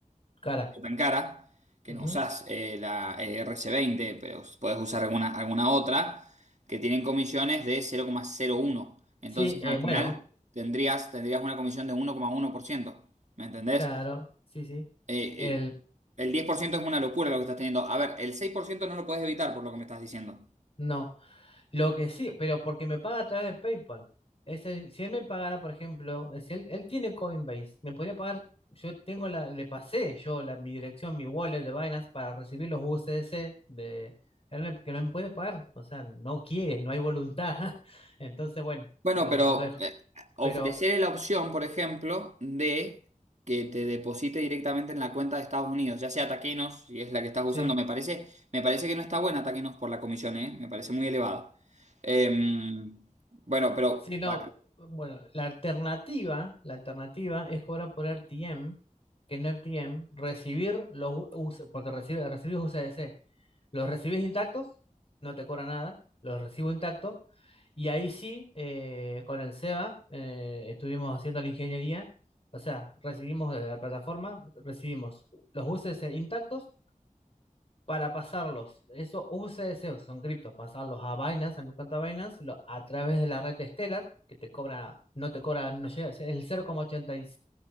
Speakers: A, on the left (about 45°); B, on the right (about 55°).
A: cara.
B: tan cara que
A: Ujú.
B: no usas eh, la RC20, pero puedes usar alguna, alguna otra que tienen comisiones de 0,01. Entonces
A: Sí, eh,
B: al final
A: bueno,
B: tendrías, tendrías una comisión de 1,1%. ¿Me entendés?
A: claro, sí, sí.
B: Eh,
A: El,
B: eh, el 10% es una locura lo que estás teniendo. A ver, el 6% no lo puedes evitar por lo que me estás diciendo.
A: no. Lo que sí, pero porque me paga a través de PayPal. Es el- si él me pagara, por ejemplo, si él, él tiene Coinbase, me podría pagar, yo tengo la, le pasé yo la, mi dirección, mi wallet de Binance para recibir los USDC de él me- que no me puede pagar. O sea, no quiere, no hay voluntad. <laughs> Entonces, bueno,
B: Bueno,
A: lo,
B: pero
A: lo dejo.
B: eh, ofrecer
A: Pero
B: la opción, por ejemplo, de que te deposite directamente en la cuenta de Estados Unidos, ya sea Taquenos, si es la que estás
A: sí,
B: usando, me parece, me parece que no está buena Taquenos por la comisión, ¿eh? Me parece muy elevada. Em, bueno, pero
A: sí, no.
B: bueno,
A: Bueno, la alternativa, la alternativa es cobrar por R T M que en R T M recibir los U- US porque recibe, recibir USDC. Los recibes intactos, no te cobra nada, los recibo intactos. Y ahí sí, eh, con el SEBA, eh, estuvimos haciendo la ingeniería, o sea, recibimos de la plataforma, recibimos los UCS intactos para pasarlos, esos UCS, que son criptos, pasarlos a Binance, a mi cuenta Binance, lo- a través de la red de Stellar, que te cobra, no te cobra, no llega, es el 0,80 y